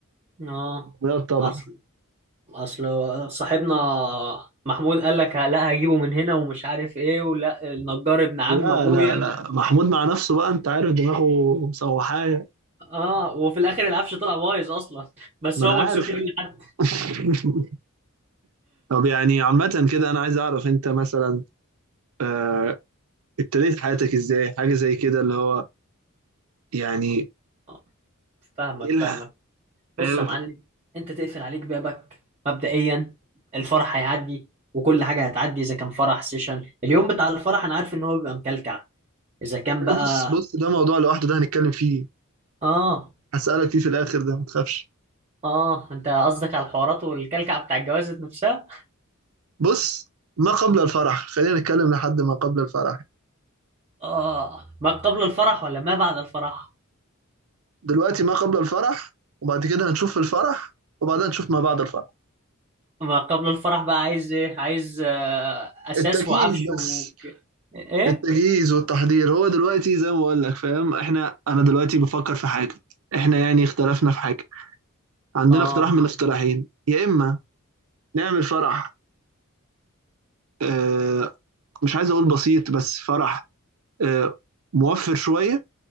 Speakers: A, on the right; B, on the right.
A: اه
B: لا طبعا
A: اصل اصل صاحبنا محمود قال لك لا هجيبه من هنا ومش عارف ايه ولا النجار ابن عم
B: لا
A: ابويا
B: لا لا محمود مع نفسه بقى انت عارف دماغه مسوحاه
A: اه وفي الاخر العفش طلع بايظ اصلا <laughs> بس
B: ما
A: هو
B: انا عارف
A: مكسوف يقول لحد
B: <laughs> طب يعني عامة كده انا عايز اعرف انت مثلا آه، ابتديت حياتك ازاي حاجة زي كده اللي هو يعني
A: <laughs> فاهمك
B: ايه لا
A: فاهمك بص
B: لا،
A: يا معلم انت تقفل عليك بابك مبدئيا الفرح هيعدي وكل حاجه هتعدي اذا كان فرح سيشن اليوم بتاع الفرح انا عارف ان هو بيبقى مكلكع اذا كان بقى
B: بص بص ده موضوع لوحده ده هنتكلم فيه
A: اه
B: هسألك فيه في الاخر ده ما تخافش
A: اه انت قصدك على الحوارات والكلكع بتاع الجواز نفسها
B: بص ما قبل الفرح خلينا نتكلم لحد ما قبل الفرح
A: اه ما قبل الفرح ولا ما بعد الفرح
B: دلوقتي ما قبل الفرح وبعد كده هنشوف الفرح وبعدين نشوف ما بعد الفرح
A: ما قبل الفرح بقى عايز ايه عايز آه اساس
B: التجهيز
A: وعفش و...
B: بس
A: ايه
B: التجهيز والتحضير هو دلوقتي زي ما بقول لك فاهم احنا انا دلوقتي بفكر في حاجه احنا يعني اختلفنا في حاجه عندنا
A: اه
B: اقتراح من الاقتراحين يا اما نعمل فرح اه مش عايز اقول بسيط بس فرح اه موفر شويه